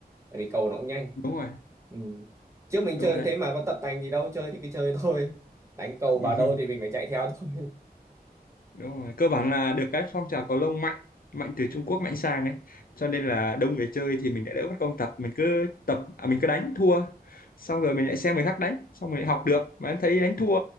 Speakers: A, on the right; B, on the left.
A: tại vì cầu nó cũng nhanh
B: đúng rồi
A: ừ. trước mình
B: đúng
A: chơi
B: rồi
A: cũng thế mà có tập tành gì đâu chơi thì cứ chơi <laughs> thôi đánh cầu
B: đấy
A: vào đâu thì
B: <laughs>
A: mình phải chạy theo thôi
B: đúng rồi cơ bản là được cái phong trào cầu lông mạnh mạnh từ Trung Quốc mạnh sang ấy cho nên là đông người chơi thì mình lại đỡ mất công tập mình cứ tập à, mình cứ đánh thua xong rồi mình lại xem người khác đánh xong mình lại học được mà em thấy đánh thua